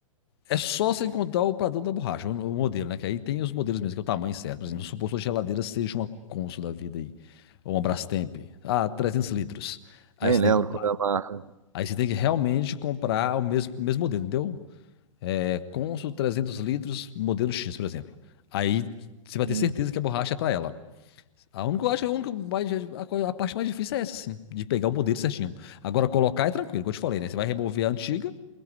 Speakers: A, on the left (about 45°); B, on the right (about 70°).
A: É só sem contar o padrão da borracha, o, o modelo, né? Que aí tem os modelos mesmo, que é o tamanho certo. Por exemplo, suposto que a geladeira seja uma Consul da vida aí, ou uma Brastemp. Ah, 300 litros. Aí
B: Nem
A: você
B: lembro
A: tem que comprar.
B: quando é a marca.
A: Aí você tem que realmente comprar o mesmo, mesmo modelo, entendeu? É Consul 300 litros, modelo X, por exemplo. Aí você vai
B: Hum.
A: ter certeza que a borracha é pra ela. A única, eu acho, que a única mais, a, coisa- a parte mais difícil é essa, assim, de pegar o modelo certinho. Agora, colocar é tranquilo, como eu te falei, né? Você vai remover a antiga,